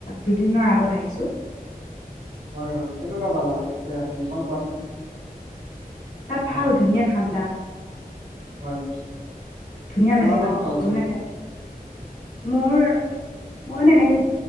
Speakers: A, on the left (about 85°); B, on the right (about 85°).
A: দুদিনৰ আগত আহিছোঁ।
B: হয় হয়। কেনেকুৱা পালা জেগাখিনি অকণ কোৱাচোন?
A: তাত ভাল
B: অ
A: ধুনীয়া ঠাণ্ডা।
B: হয়
A: ধুনীয়া
B: কিমান
A: লাগে তাত,
B: মান খৰচ
A: তাৰানে
B: হ'ল
A: মোৰ মই মানে এনেকে